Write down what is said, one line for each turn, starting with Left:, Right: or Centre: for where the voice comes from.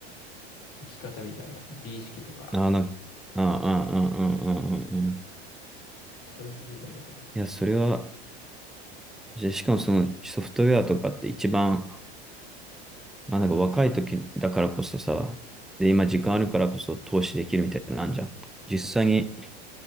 Left: 生き方みたいな、美意識とか、
Centre: ああ、な、ああ、ああ、ああ、ああ、ああ。
Left: それもあるんじゃないかな。
Centre: いや、それは、じゃあしかもそのソフトウェアとかって一番まあなんか若い時だからこそさ、で、今時間あるからこそ投資できるみたいなのあんじゃん。実際に